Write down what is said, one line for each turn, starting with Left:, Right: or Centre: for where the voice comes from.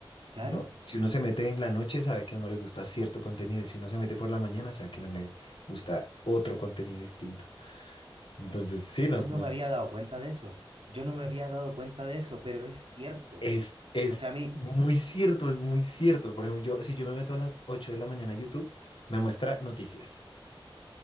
Right: claro.
Left: ¿no? Si uno se mete en la noche, sabe que a uno le gusta cierto contenido, y si uno se mete por la mañana, sabe que no le gusta otro contenido distinto. Entonces, sí, no,
Right: Hoy no
Left: no.
Right: me había dado cuenta de eso. Yo no me había dado cuenta de eso, pero es cierto.
Left: Es, es
Right: O sea, a mí,
Left: muy cierto, es muy cierto. Por ejemplo, yo, si yo me meto a las 8 de la mañana a YouTube, me muestra noticias.